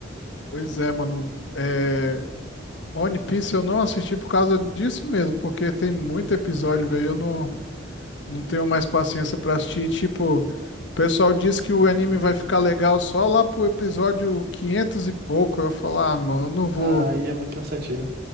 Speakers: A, on the left; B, on the right.
A: Pois é, mano. É... One Piece eu não assisti por causa disso mesmo, porque tem muito episódio, velho. Eu não, não tenho mais paciência pra assistir. Tipo, o pessoal diz que o anime vai ficar legal só lá pro episódio 500 e pouco. Eu falo, ah, mano, eu não vou.
B: Aí é muito cansativo.